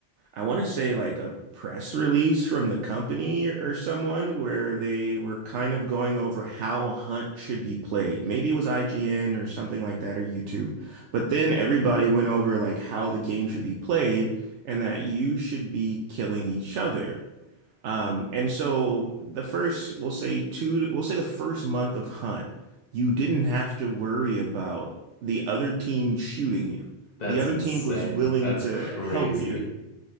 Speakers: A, on the right; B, on the left.
A: I want to say like a press release from the company or someone where they were kind of going over how Hunt should be played. Maybe it was IGN or something like that or YouTube. But then everybody went over like how the game should be played and that you should be killing each other. Um, and so the first, we'll say two, we'll say the first month of Hunt, you didn't have to worry about the other team shooting you.
B: That's
A: The other
B: insane.
A: team was willing
B: That's
A: to
B: crazy.
A: help you.